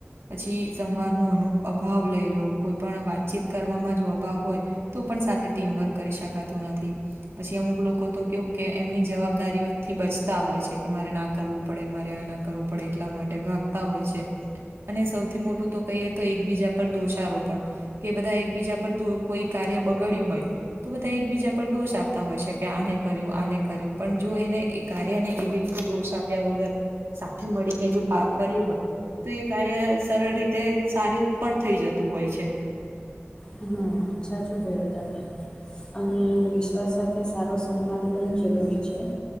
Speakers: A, on the right (about 70°); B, on the left (about 20°).
A: પછી સંવાદ નુ અનુ અભાવ લઈ લો કોઈ પણ વાતચીત કરવાવામાં જો અભાવ હોય તો પણ સાથે ટીમવર્ક કરી શકાતું નથી. પછી અમુક લોકો તો કેવું કે એમની જવાબદારીઓથી બચતા હોય છે કે મારે ના કરવું પડે મારે આ ના કરવું પડે એટલા માટે ભાગતા હોય છે. અને સૌથી મોટું તો કહીએ તો એકબીજા પર દોષારોપણ કે બધા એકબીજા પર દો કોઈ કાર્ય બગાડ્યું હોય તો બધા એકબીજા પર દોષ આપતા હોય છે કે આને કર્યું આને કર્યું પણ જો એને એ કાર્યને એવી રીતે દોષ આપ્યા વગર સાથે મળીને જો કા કર્યું હોય તો એ કાર્ય સરળ રીતે સારી પણ થઈ જતું હોય છે
B: હમ્મ સાચું કેયું તમે અને વિશ્વાસ સાથે સારો સંવાદ પણ જરૂરી છે.